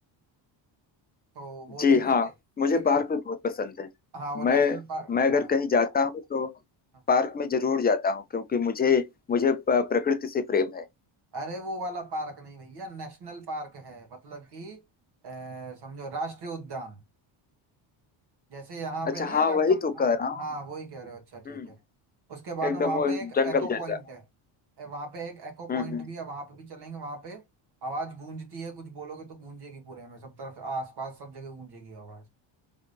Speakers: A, on the right (about 50°); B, on the left (about 20°).
A: तो वो
B: जी
A: देखेंगे
B: हाँ
A: ठीक
B: मुझे पार्क
A: है
B: में बहुत पसंद है
A: हाँ वो नेशनल
B: मैं
A: पार्क
B: मैं अगर
A: हाँ
B: कहीं जाता हूँ तो
A: हाँ।
B: पार्क में जरूर जाता हूँ क्योंकि मुझे मुझे प- प्रकृति से प्रेम है
A: अरे वो वाला पार्क नहीं भैया नेशनल पार्क है मतलब कि अ, समझो राष्ट्रीय उद्यान जैसे यहाँ
B: अच्छा
A: पे नहीं
B: हाँ
A: है रणथम
B: वही तो कह रहा हूँ
A: हाँ वही कह रहे हो अच्छा ठीक
B: हम्म
A: है उसके बाद
B: एकदम
A: में वहाँ
B: वो
A: पे एक
B: जंगल
A: एको
B: जैसा
A: पॉइंट है ए, वहाँ पे एक एको
B: हम्म
A: पॉइंट
B: हम्म
A: भी है वहाँ पे भी चलेंगे वहाँ पे आवाज गूंजती है कुछ बोलोगे तो गूंजेगी पूरे में सब तरफ आसपास सब जगह गूंजेगी आवाज